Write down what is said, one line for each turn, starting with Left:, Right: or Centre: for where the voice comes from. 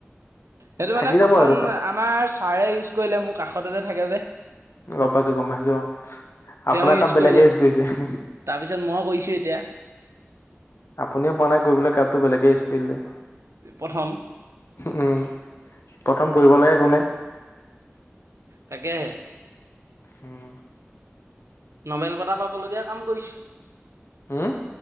Right: সেইটো
Left: থাকি
Right: মানে প্ৰথম,
Left: যাব এইটো কাপ
Right: আমাৰ ছাৰে ইউজ কৰিলে, মোৰ কাষতে যে থাকে যে।
Left: গম পাইছো, গম পাইছো, অ' আপোনাৰ
Right: তেওঁ
Left: কাপ বেলেগে
Right: কৰিলে।
Left: ইউজ কৰিছে।
Right: তাৰপিছত মই কৰিছোঁ এতিয়া।
Left: আপুনিও পোৱা নাই কৰিবলৈ, কাপটো বেলেগে ইউজ কৰিলে।
Right: প্ৰথম।
Left: উম, প্ৰথম পঢ়িব লাগে কোনে
Right: তাকেহে।
Left: উম।
Right: নবেল বঁটা পাবলগীয়া কাম কৰিছোঁ।
Left: হম্?